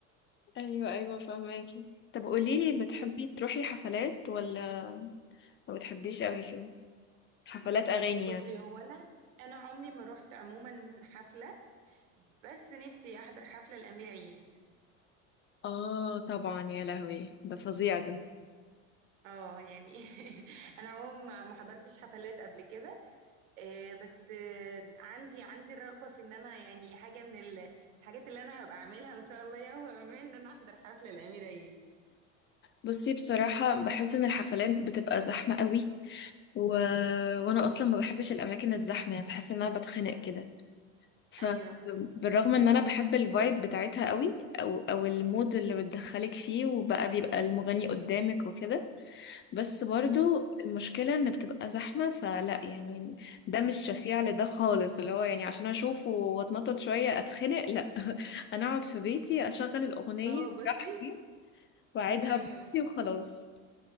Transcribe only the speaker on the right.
بز-
بصي
هو انا انا عمري ما رحت عموما حفلة بس نفسي احضر حفلة الامير عيد
اه يعني <laughs> انا عموما ما ما حضرتش حفلات قبل كده آه، بس آه، عندي عندي الرغبة في ان انا يعني حاجة من ال- الحاجات اللي انا هبقى اعملها ان شاء الله يوم ما ان انا احضر حفلة الامير عيد
ايوه
اه بصي
ايوه